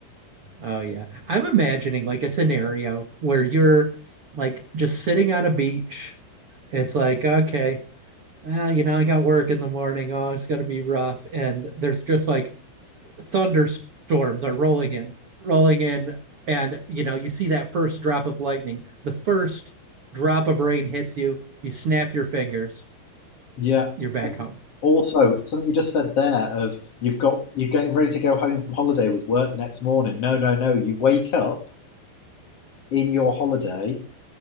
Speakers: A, on the right (about 85°); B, on the left (about 50°).
A: Oh yeah. I'm imagining like a scenario where you're like just sitting on a beach It's like, okay, well, you know, I got work in the morning. Oh, it's gonna be rough. And there's just like thunderstorms are rolling in, rolling in, and you know, you see that first drop of lightning. The first drop of rain hits you, you snap your fingers,
B: Yeah.
A: you're back
B: And
A: home.
B: also, something you just said there of you've got you're getting ready to go home from holiday with work the next morning. No, no, no. You wake up in your holiday